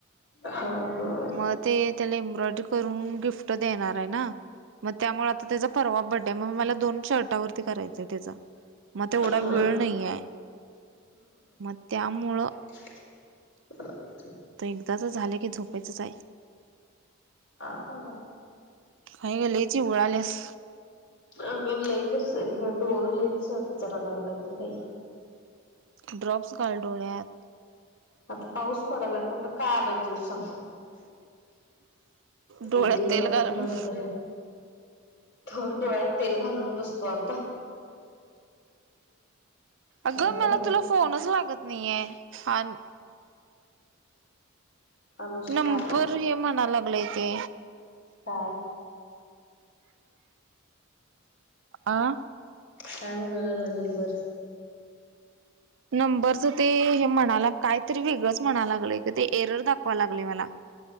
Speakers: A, on the left; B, on the right.
A: हा. हा
B: मग ते त्याला एम्ब्रॉयडरी करून गिफ्ट देणार आहेना. मग त्यामुळे आता त्याचा परवा बड्डे आहे मग मला दोन शर्टावरती करायचय त्याच. मग तेवढा
A: हा
B: वेळ नाही आहे मग त्यामुळ
A: का <inaudible>
B: ते एकदाच झाले की झोपायचच आहे.
A: हा
B: हाय ग लयी चिगुुळाल्यास
A: अगं लई कस डोळ लईच चरा चरा लागलाय ग बाई.
B: ड्रॉप्स घाल डोळ्यात.
A: आता पाऊस पडायला कुठं काय आणल जाऊ सांग.
B: डोळ्यात
A: एक लळ
B: तेल घाल
A: लळ
B: मग
A: तर हे थोड डोळ्यात तेल घालून बसतु आता. काय
B: अगं मला
A: करायचं
B: तुला फोनच लागत नाहीये. आन
A: अनुष्का
B: नंबर हे. मना लागलेय ते.
A: हा.
B: आ.
A: काय म्हणा लागलंय नंबर.
B: नंबरच ते हे म्हणाला कायतरी वेगळंच म्हणा लागलंय क ते एरर दाखवा लागले मला.